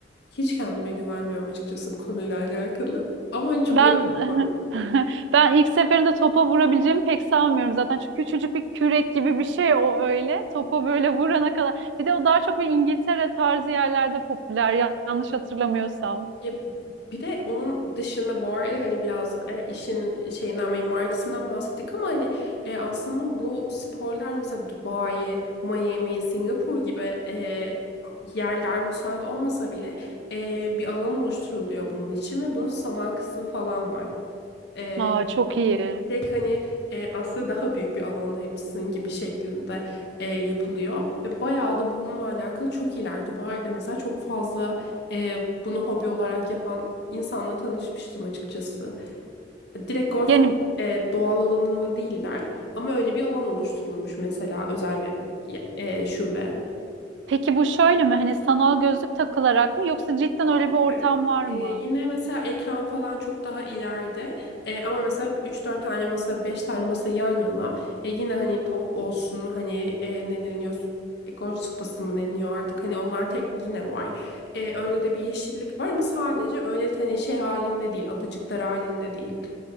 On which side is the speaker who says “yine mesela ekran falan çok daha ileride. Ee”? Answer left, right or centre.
Left